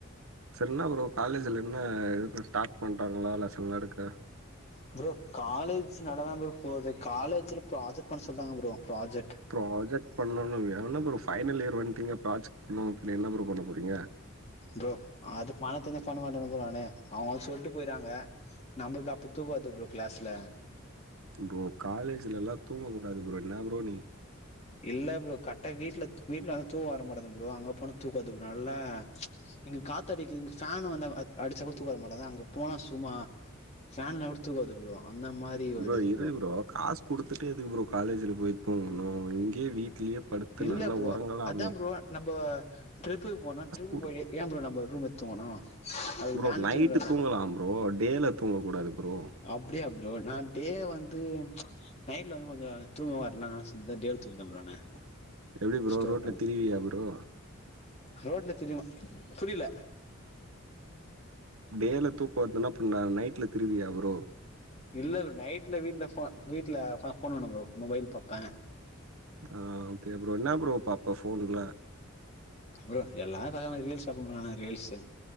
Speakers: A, on the right; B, on the left.
A: செர்னா ப்ரோ காலேஜில என்ன <unintelligible> ஸ்டார்ட் பண்ட்டாங்களா லெசன்லா எடுக்க
B: ப்ரோ காலேஜ் நல்லா தா ப்ரோ போது காலேஜ்ல ப்ராஜெக்ட் பண்ண சொல்றாங்க ப்ரோ ப்ராஜெக்ட்
A: ப்ராஜெக்ட் பண்ணணு வேற என்ன ப்ரோ பைனல் இயர் வன்ட்டிங்க ப்ராஜெக்ட் பண்ணாமா பின்ன என்ன ப்ரோ பண்ண போறீங்க
B: ப்ரோ அது பண்ண தெரிஞ்சா பண்ண மாட்டன்னா ப்ரோ நானு அவங்க வந்து சொல்ட்டு போய்றாங்க நமக்கு அப்ப தூக்கோ வருது ப்ரோ கிளாஸ்ல
A: ப்ரோ காலேஜ்ல எல்லா தூங்கக்கூடாது ப்ரோ என்ன ப்ரோ நீ
B: இல்ல ப்ரோ கரட்டா வீட்டுல வீ்ட்ல வந்து தூக்க வர மாட்டுது ப்ரோ அங்க போனா தூக்கோ வருது ப்ரோ நல்ல இங்க காத்து அடிக்குது இங்க ஃபேன்னு வந்தா அடிச்சா கூட தூக்கோ வர மாட்டிங்குது அங்க போனா சும்மா ஃப்பேன் இல்லனா கூட தூக்கோ வருது ப்ரோ அந்த மாரி
A: ப்ரோ
B: ஒரு இது
A: இரு ப்ரோ காசு குடுத்துட்டு எதுக்கு ப்ரோ காலேஜ்ல போய் தூங்குணு இங்கயே வீட்லயே படுத்து
B: இல்ல
A: நல்லா
B: ப்ரோ
A: ஒரங்களாமே
B: அதா ப்ரோ நம்ப ட்ரிப்புக்கு போனா ட்ரிப்புக்கு
A: குடு
B: போய்ட்டு ஏ ப்ரோ நம்ப ரூம் எடுத்து தூங்கணு அது
A: ப்ரோ
B: வேன்ல
A: நைட்டு
B: தூங்கிடலால்ல
A: தூங்கலா ப்ரோ டேல தூங்கக்கூடாது ப்ரோ
B: அப்டியா ப்ரோ நா டே வந்து நைட்ல வந்து கொஞ்சோ தூங்க வர்லனா சி தேட்டியோ தூங்கிட ப்ரோ நானு
A: எப்டி ப்ரோ
B: ஸ்டோர்
A: ரோட்ல
B: பண்ணி
A: திரிவியா ப்ரோ
B: ரோட்ல திரிமா புரில
A: டேல தூக்கோவர்துன்னா அப்புனா நைட்ல திருவியா ப்ரோ
B: இல்ல ப் நைட்ல வீட்ல போ வீட்டு்ல உக்காந் போன் நோண்டு ப்ரோ மொபைல் பாப்ப
A: ஆ ஓகே ப்ரோ என்னா ப்ரோ பாப்ப போன்ல
B: ப்ரோ எல்லாக்கு அதே மாரி ரீல்ஸ் அப்ப <unintelligible> ரீல்ஸ்ஸு